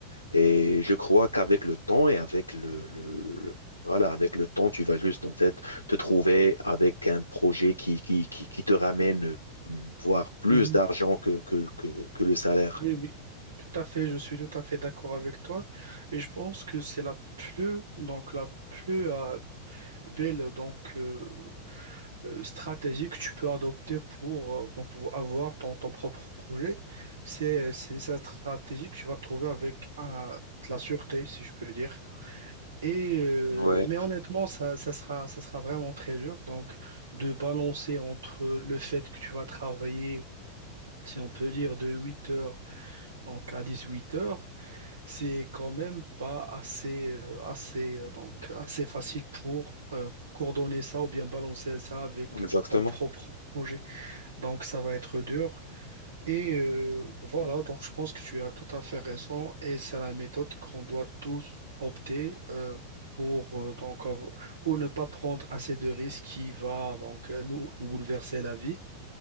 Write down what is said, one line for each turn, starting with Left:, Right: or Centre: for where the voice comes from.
Left: Et je crois qu'avec le temps et avec le, le- le- voilà, avec le temps, tu vas juste en fait te trouver avec un projet qui, qui, qui, qui te ramène euh, voire plus
Right: Mhm.
Left: d'argent que, que, que, que le salaire.
Right: Oui, oui. Tout à fait, je suis tout à fait d'accord avec toi. Et je pense que c'est la plus, donc la plus euh, belle donc, euh, euh, stratégie que tu peux adopter pour euh, donc vo- avoir ton, ton propre projet. C'est c'est sa stratégie que tu vas trouver avec euh, de la sûreté, si je peux dire. Et euh,
Left: Ouais,
Right: mais honnêtement, ça, ça sera ça sera vraiment très dur. Donc de balancer entre le fait que tu vas travailler, si on peut dire, de 8 heures donc à 18 heures, c'est quand même pas assez euh, assez euh, donc assez facile pour euh, coordonner ça ou bien balancer ça avec
Left: exactement.
Right: ton propre projet. Donc ça va être dur. Et euh, voilà, donc je pense que tu as tout à fait raison et c'est la méthode qu'on doit tous opter euh, pour, euh, donc, av- pour ne pas prendre assez de risques qui va donc euh, nous, nous bouleverser la vie.